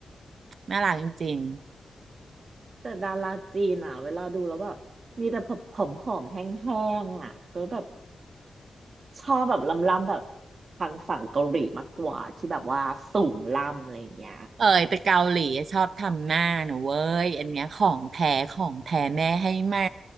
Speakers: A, on the right; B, on the right.
A: น่ารักจริง
B: แต่ดาราจีนอะเวลาดูแล้วแบบมีแต่ผอมๆแห้งๆอะก็แบบ ชอบแบบล้ำๆแบบทางฝั่งเกาหลีมากกว่าที่แบบว่าสูงล่ำอะไรอย่างเงี้ย
A: เอยไปเกาหลีชอบทำหน้าหนูเว้ยอันเนี้ยของแท้ของแท้แม่ให้มา